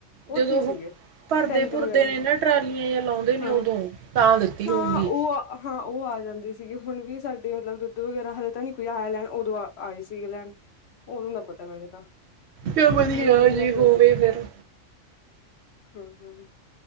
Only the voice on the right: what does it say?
ਜਦੋਂ
ਉਹ ਭਰਦੇ
ਭੁਰਦੇ
ਨੇ
ਨਾ ਟਰਾਲੀਆਂ ਜਾਂ ਲਾਉਂਦੇ ਨੇ
ਉਦੋਂ ਤਾਂ ਦਿੱਤੀ
ਹੋਊਗੀ।
ਜਾਂ ਵਧੀਆ
ਜੀ
ਹੋਵੇ
ਫੇਰ।